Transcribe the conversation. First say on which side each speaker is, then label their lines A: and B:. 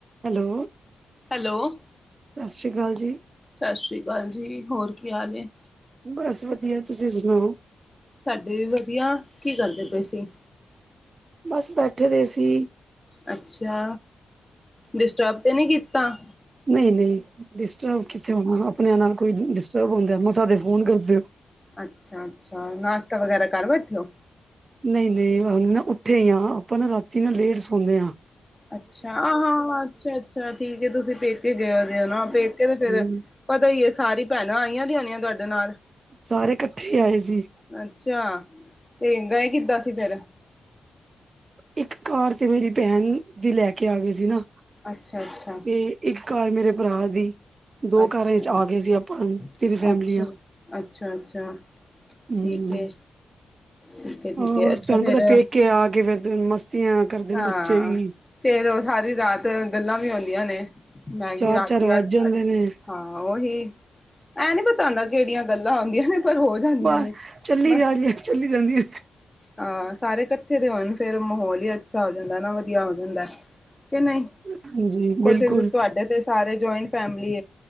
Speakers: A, on the right; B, on the left.
A: ਹੈਲੋ,
B: ਹੈਲੋ,
A: ਸਤਿ ਸ਼੍ਰੀ ਅਕਾਲ ਜੀ।
B: ਸਤਿ ਸ਼੍ਰੀ ਅਕਾਲ ਜੀ, ਹੋਰ ਕੀ ਹਾਲ ਹੈ?
A: ਬਸ ਵਧੀਆ ਤੁਸੀਂ ਸੁਣਾਓ?
B: ਸਾਡੇ ਵੀ ਵਧੀਆ, ਕੀ ਕਰਦੇ ਪਏ ਸੀ।?
A: ਬਸ ਬੈਠੇ ਦੇ ਸੀ।
B: ਅੱਛਾ, ਡਿਸਟਰਬ ਤੇ ਨੀ ਕੀਤਾ‌,
A: ਨਹੀਂ, ਨਹੀਂ, ਡਿਸਟਰਬ ਕਿੱਥੇ ਹੋਣਾ ਆਪਣਿਆਂ ਨਾਲ ਕੋਈ ਡਿਸਟਰਬ ਹੁੰਦਾ, ਮਸਾ ਤੇ ਫੋਨ ਕਰ ਦਿਓ।
B: ਅੱਛਾ-ਅੱਛਾ, ਨਾਸ਼ਤਾ ਵਗੈਰਾ ਕਰ ਬੈਠਿਓ।
A: ਨਹੀਂ-ਨਹੀਂ, ਨਾ ਉੱਠੇ ਹੀ ਆ ਆਪਾਂ ਨਾ ਰਾਤੀ ਨਾ ਲੇਟ ਸੌਦੇ ਹਾਂ।
B: ਅੱਛਾ ਆ ਹਾਂ ਅੱਛਾ-ਅੱਛਾ ਠੀਕ ਹੈ ਤੁਸੀਂ ਪੇਕੇ ਗਏ ਨਾ ਪੇਕੇ ਤੇ ਫਿਰ
A: ਹੂੰ,
B: ਪਤਾ ਹੀ ਆ ਸਾਰੀ ਭੈਣਾਂ ਆਈਆਂ ਦੀ ਆਣੀਆਂ ਤੁਹਾਡੇ ਨਾਲ,
A: ਸਾਰੇ ਇਕੱਠੇ ਆਏ ਸੀ।
B: ਅੱਛਾ, ਤੇ ਗਏ ਕਿੱਦਾਂ ਸੀ ਫਿਰ।
A: ਇੱਕ ਕਾਰ ਤੇ ਮੇਰੀ ਭੈਣ ਵੀ ਲੈ ਕੇ ਆ ਗਏ ਸੀ ਨਾ।
B: ਅੱਛਾ-ਅੱਛਾ।
A: ਤੇ ਇੱਕ ਘਰ ਮੇਰੇ ਭਰਾ ਦੀ। ਦੋ
B: ਅੱਛਾ-ਅੱਛਾ-ਅੱਛਾ-ਅੱਛਾ।
A: ਕਾਰਾਂ ਵਿੱਚ ਆ ਗਏ ਸੀ ਆਪਾਂ, ਤਿੰਨ ਫੈਮਲੀਆਂ, ਹੂੰ।
B: ਠੀਕ ਏ। ਠੀਕ ਏ, ਠੀਕ
A: ਹੋਰ
B: ਏ, ਅੱਛਾ
A: ਤੁਹਾਨੂੰ
B: ਫੇਰ
A: ਪਤਾ ਫੇਕੇ ਆ ਕੇ ਫਿਰ ਮਸਤੀਆਂ ਕਰਦੇ ਨੇ
B: ਹਾਂ
A: ਬੱਚੇ ਵੀ।
B: ਫੇਰ ਉਹ ਸਾਰੀ ਰਾਤ ਗੱਲਾਂ ਵੀ ਆਉਂਦੀਆਂ ਨੇ ਮੈਗੀ
A: ਚਾਰ
B: ਰਾਤੀ।
A: ਚਾਰ ਵੱਜ ਜਾਂਦੇ ਨੇ
B: ਹਾਂ ਉਓਹੀ ਐਂ ਨੀ ਪਤਾ ਹੁੰਦਾ ਕਿਹੜੀਆਂ ਗੱਲਾਂ ਆਉਂਦੀਆਂ ਨੇ। ਪਰ ਹੋ ਜਾਂਦੀਆਂ
A: ਬ
B: ਨੇ
A: ਚੱਲੀ
B: ਬਸ।
A: ਜਾ ਰਹੀ ਚੱਲੀ ਜਾਂਦੀ ਹੈ।
B: ਹਾਂ ਸਾਰੇ ਇਕੱਠੇ ਦੇ ਹੋਣ ਫੇਰ ਮਾਹੌਲ ਹੀ ਅੱਛਾ ਹੋ ਜਾਂਦਾ ਨਾ, ਵਧੀਆ ਹੋ ਜਾਂਦਾ ਕਿ ਨਹੀਂ।
A: ਹਾਂਜੀ
B: ਕੁਛ
A: ਬਿਲਕੁਲ
B: ਤੁਹਾਡੇ ਤੇ ਸਾਰੇ ਜਆਇੰਟ ਫੈਮਲੀ